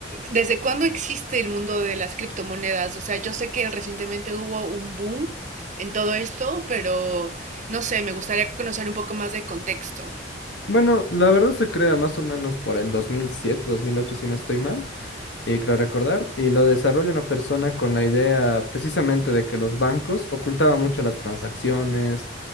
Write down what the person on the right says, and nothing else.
desde cuándo existe el mundo de las criptomonedas? O sea, yo sé que recientemente hubo un boom en todo esto, pero no sé, me gustaría conocer un poco más de contexto.